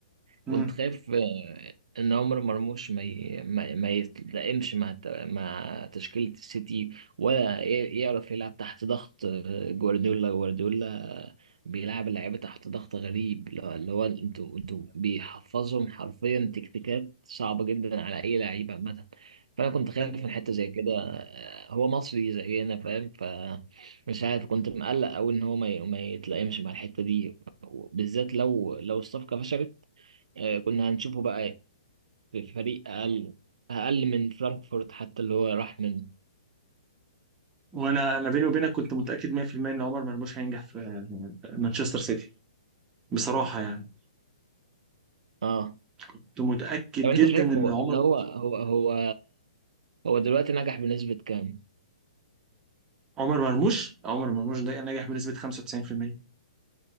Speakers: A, on the right; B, on the right.
A: مم.
B: كنت خايف آه، ان عمر مرموش ما ي... ما, ما يتلائمش مع الت- مع تشكيلة السيتي ولا ي- يعرف يلعب تحت ضغط آه، جوارديولا جوارديولا بيلعب اللعيبة تحت ضغط غريب لو- اللي هو انتوا انتوا بيحفظهم حرفيا تكتيكات صعبة جدا على اي لعيب عامة فانا كنت خايف
A: أن-
B: من حتة زي كده آه، هو مصري زينا فاهم ف مش عارف كنت مقلق أوي إن هو ما ي- ما يتلائمش مع الحتة دي بالذات لو لو الصفقة فشلت آه، كنا هنشوفه بقى إيه؟ في فريق اقل اقل من فرانكفورت حتى اللي هو راح منه
A: وانا انا بيني وبينك كنت متاكد 100% ان عمر مرموش هينجح في مانشستر سيتي بصراحه يعني
B: اه
A: كنت متاكد
B: طب
A: جدا
B: انت شايف
A: ان
B: هو
A: عمر
B: ان هو هو هو هو دلوقتي نجح بنسبة كام
A: عمر مرموش عمر مرموش ده نجح بنسبه 95%